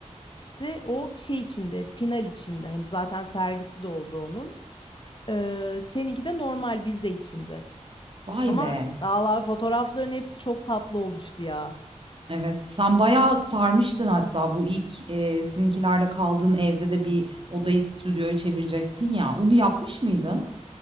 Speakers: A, on the left (about 40°); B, on the right (about 45°).
A: İşte o bir şey içinde, final içinde. Hani zaten sergisi de oldu onun. Ee, seninki de normal vize içinde.
B: Vay
A: Ama
B: be!
A: Allah fotoğrafların hepsi çok tatlı olmuştu ya.
B: Evet, sen bayağı sarmıştın hatta bu ilk, eee, sizinkilerle kaldığın evde de bir odayı stüdyoya çevirecektin ya, onu yapmış mıydın?